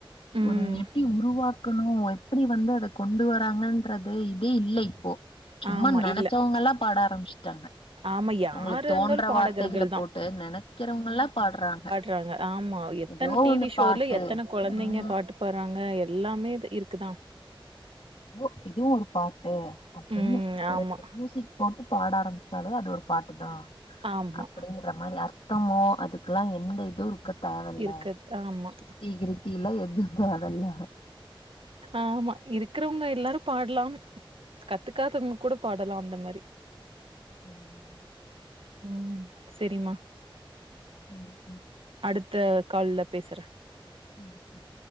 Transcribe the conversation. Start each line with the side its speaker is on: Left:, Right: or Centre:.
Right: ம்
Left: ஒரு எப்டி உருவா க்கணு எப்டி வந்து அத கொண்டு வராங்கன்றது இதே இல்ல இப்போ சும்மா
Right: ஆமா
Left: நெனைச்சவங்க
Right: இல்ல
Left: எல்லா பாட ஆரம்பிச்சுட்டாங்க
Right: ஆமா யாரு
Left: அவுங்களுக்கு
Right: இருந்தாலு
Left: தோன்ற
Right: பாடகர்கள்
Left: வார்த்தைகள
Right: தா
Left: போட்டு நெனக்கிறவங்கல்லா பாடுறாங்க
Right: றாங்க ஆமா எத்தன
Left: ஏதோ
Right: டிவி
Left: ஒண்ணு
Right: ஷோல
Left: பாட்டு
Right: எத்தன கொழந்தைங்க
Left: ம்
Right: பாட்டு பாடுறாங்க எல்லாமே இருக்குதா
Left: ஏதோ இதுவு ஒரு பாட்டு அப்டின்னு
Right: ம்
Left: ஒரு
Right: ஆமா
Left: மியூசிக் போட்டு பாட ஆரம்பிச்சாலே அது ஒரு பாட்டு தா
Right: ஆமா
Left: அப்டின்னு ன்ற மாரி அர்த்தமோ அதுக்கெல்லா எந்த இதுவு இருக்க தேவ இல்ல
Right: இருக்குது ஆமா
Left: சுத்தி இரு டில எது தேவ இல்ல
Right: ஆமா இருக்குறவங்க எல்லாரு பாடலாம் கத்துக்காதவுங்க கூட பாடலா அந்த மாரி
Left: ம்
Right: ம் சேரி மா
Left: சேரி கா
Right: அடுத்த கால்ல பேசுறே
Left: ம்